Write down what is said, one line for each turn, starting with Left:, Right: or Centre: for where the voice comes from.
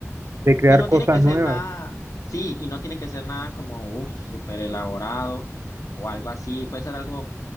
Right: de crear
Left: Y no
Right: cosas
Left: tiene que
Right: nuevas.
Left: ser nada, sí, y no tiene que ser nada como, uff, súper elaborado o algo así. Puede ser algo